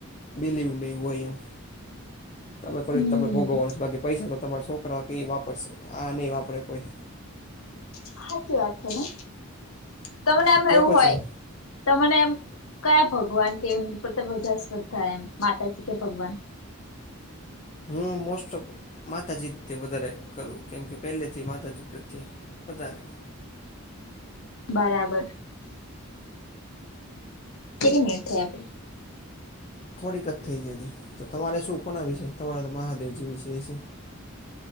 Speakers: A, on the left; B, on the left.
A: બિલી ઉડે ગો એમ. તમે ખરી
B: હમ
A: તમને ભોગવવાનું છે બાકી પૈસા તો તમારા છોકરા કે એ વાપરશે આ નહીં વાપરે કોઈ
B: સાચી વાત છે ને તમને
A: તો
B: એમ
A: કયો
B: એવું
A: પછી
B: હોય. તને એમ કયા ભગવાન કે એમની પર બધા શ્રદ્ધા એમ માતાજી કે ભગવાન.
A: હમ મોસ્ટફ માતાજી તે વધારે કરવું કેમ કે પહેલેથી માતાજી પ્રત્યે વધારે
B: બરાબર કેટલી મિનિટ થાય આપે.
A: થોડીક જ થઈ છે હજી તો તમારે શું કોના વિશે તમારા મહાદેવજી વિશે છે.